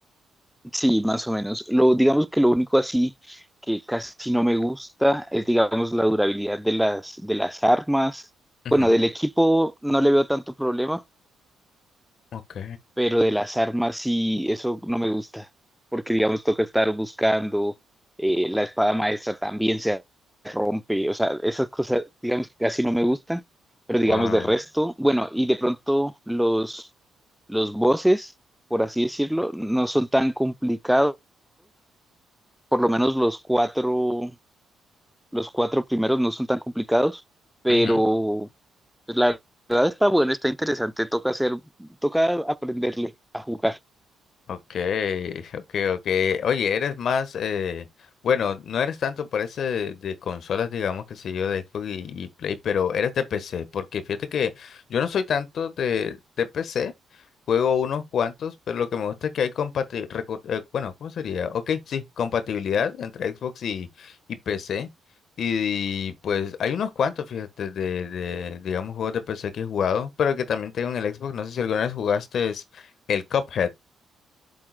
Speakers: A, in the centre; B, on the left.
A: Sí, más o menos. Lo, digamos que lo único así que casi no me gusta es, digamos, la durabilidad de las, de las armas.
B: Ujú,
A: Bueno, del equipo no le veo tanto problema,
B: Ok.
A: pero de las armas sí, eso no me gusta, porque digamos toca estar buscando, eh, la espada maestra también se rompe, o sea, esas cosas, digamos, que casi no me gustan, pero
B: Wow.
A: digamos de resto, bueno, y de pronto los, los bosses, por así decirlo, no son tan complicados, por lo menos los cuatro, los cuatro primeros no son tan complicados, pero
B: Ok.
A: pues, la verdad está bueno, está interesante, toca hacer, toca aprenderle a jugar,
B: Okay, okay, okay. Oye, eres más, eh, bueno, no eres tanto por ese de, de consolas, digamos, que sé yo, de Xbox y, y Play, pero eres de PC, porque fíjate que yo no soy tanto de, de PC, juego unos cuantos, pero lo que me gusta es que hay compatibilidad, bueno, ¿cómo sería? Ok, sí, compatibilidad entre Xbox y, y PC. Y, pues hay unos cuantos, fíjate, de, de, digamos, juegos de PC que he jugado, pero que también tengo en el Xbox. No sé si alguna vez jugaste es el Cuphead.